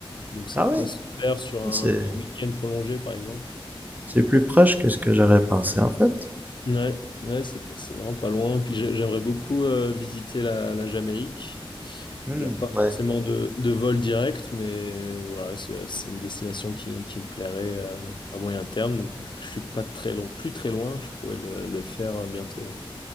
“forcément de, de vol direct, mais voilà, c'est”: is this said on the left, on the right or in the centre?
Left